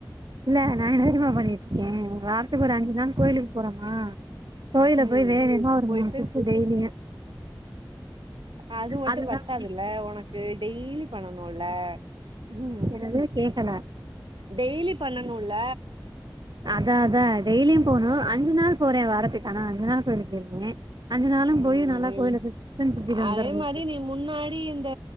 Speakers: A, on the right; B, on the right.
A: இல்ல நா என்ன தெரிமா பண்ணிட்டு இருக்கேன் வாரத்துக்கு ஒரு அஞ்சு நாள் கோயிலுக்கு போறோமா கோயில
B: ம்
A: போயி வேக வேகமா ஒரு
B: போயிட்டு
A: மூனு சுத்து டெய்லியும்
B: அது மட்டு
A: அதுதா
B: பத்தாதுல்ல
A: பண்ணிட்ருக்கே
B: உனக்கு டெய்லி பண்ணனு னுல ம்
A: என்னது கேக்கலா
B: டெய்லி பண்ணனுல
A: அதா அதா டெய்லியும் போணும் அஞ்சு நாள் போறேன் வாரத்துக்கு ஆனா அஞ்சு நாள் கோயில்க்கு போயிருக்கே அஞ்சு நாளும்
B: ம்
A: போயி நல்லா கோயில சுத்து சுத்தனு சுத்திட்டு வந்துரது
B: அதே மாரி நீ முன்னாடி இந்த